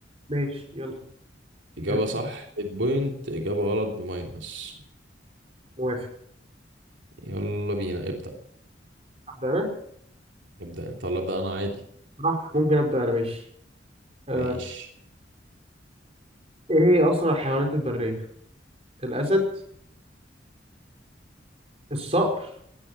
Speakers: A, on the right; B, on the right.
A: ماشي يلا
B: اجابه
A: ابدأ.
B: صح ببوينت اجابه غلط بماينس
A: موافق
B: يلا بينا ابدا
A: أبدأ أنا؟
B: ابدا انت ولا ابدا انا عادي
A: براحتك ممكن أبدأ أنا ماشي آه.
B: ماشي
A: إيه هي أسرع الحيوانات البرية؟ الأسد الصقر